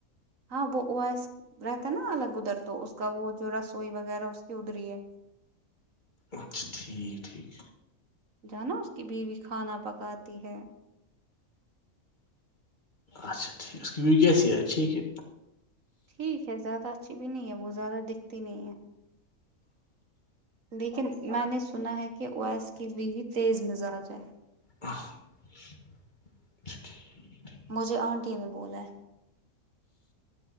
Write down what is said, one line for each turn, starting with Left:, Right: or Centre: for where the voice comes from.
Right: ہاں بہ واس رہتا ہے نا الگ ادھر تو اس کا وہ جو رسوئی وغیرہ اس کی ادری ہے
Left: اچھا ٹھیک ٹھیک
Right: جو ہے نا اس کی بیوی کھانا پکاتی ہے
Left: اچھا ٹھیک کیا سحتھ کہ
Right: ٹھیک ہے زیادہ اچھی بھی نہیں ہے وہ زیادہ دکھتی نہیں ہے لیکن میں نے سنا ہے کہ اویس کی وو تیز مزاج ہے
Left: ہ اچا ٹھیکھیک
Right: مجھے آنٹی نے بولا ہے